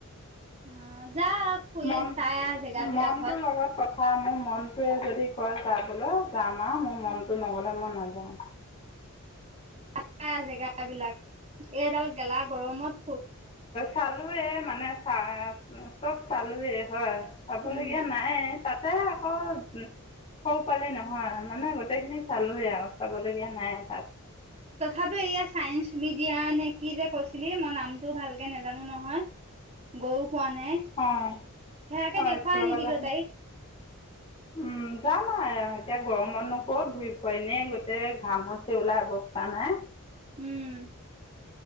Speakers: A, on the right; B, on the left.
A: অ যা ফুৰি
B: মানটো
A: চাই আহ জেগাবিলাক
B: মানটো
A: হত
B: লগত প চা মোৰ মনটোৱে যদি কয় যাবলৈ যাম আৰু মোৰ মনটো নগ'লে মই নাযাওঁ।
A: চাই আহ জেগাবিলাক এইডাল গেলা গৰমত খু
B: চালোৱেই মানে চ চব চালোঁৱেই হয় চাবলগীয়া
A: উম
B: নাই। তাতে আকৌ সৌ পালে নহয় মানে গোটেইখিনি চালোঁৱেই আৰু চাবলগীয়া নাই তাত।
A: তথাপি এয়া চাইন্স মিডিয়া নে কি যে কৈছিলি মই নামটো ভালকে নাজানোঁ নহয়। গয়ো পোৱা নাই।
B: অ হয়
A: সেয়াকে দেখুৱাই
B: স্কুলৰ
A: আনিবি
B: পা গৈছিলোঁ
A: গৈ তাইক
B: উম। যাম আও এতিয়া গৰমতো ক'ত ঘূৰি ফুৰে এনে গোটেই ঘামচি ওলায় অৱস্থা নাই।
A: উম